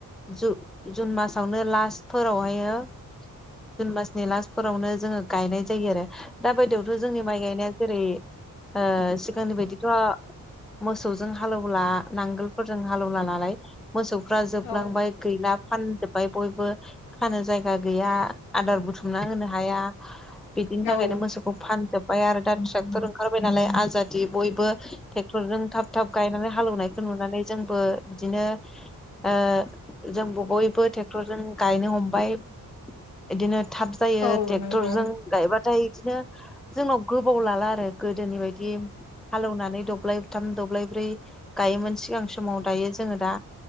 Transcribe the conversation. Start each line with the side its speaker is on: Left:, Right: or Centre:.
Centre: जु-जुन मासावनो लास्टफोरावहायो जुन मासनि लास्टफोरावनो जोङो गायनाय जायो आरो दा बायदियावथ' जोंनि माइ गायनाया जेरै ओ सिगांनि बायदिथ' मोसौजों हालेवला नांगोलफोरजों हालेवला नालाय मोसौफ्रा जोबलांबाय
Left: औ
Centre: गैला फानजोब बाय बयबो खानो जायगा गैया आदार बुथुमना होनो हाया बिदिनि थाखायनो
Left: औ
Centre: मोसौखौ फानजोबबाय आरो दा ट्रेक्टर ओंखारबाय नालाय आजादि बयबो ट्रेक रजों थाब थाब गायनानै हालेवनायखौ नुनानै जोंबो बिदिनो ओ जों बयबो ट्रेक्टर जों गायनो हमबाय बिदिनो। थाब जायो
Left: औ
Centre: ट्रेक्टरजों
Left: नंगौ
Centre: गायबाथाय बिदिनो जोंनाव गोबाव लाला आरो गोदोनि बायदि हालौनानै दब्लाय थाम दब्लाय ब्रै गायोमोन सिगां समाव दायो जोङो दा